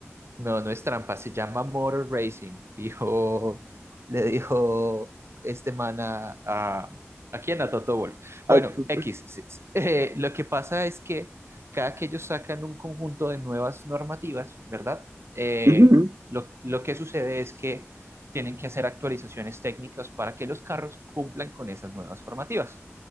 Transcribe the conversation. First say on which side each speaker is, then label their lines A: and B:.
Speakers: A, on the right; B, on the right.
A: No, no es trampa, se llama Motor Racing, <laughs> dijo, le dijo este man a, a, ¿a quién? A Toto Wolff. Bueno,
B: Ah, pu-
A: X, sí, sí. <laughs> Eh, lo que pasa es que cada que ellos sacan un conjunto de nuevas normativas, ¿verdad? Eh,
B: ujú,
A: lo, lo que sucede es que tienen que hacer actualizaciones técnicas para que los carros cumplan con esas nuevas formativas.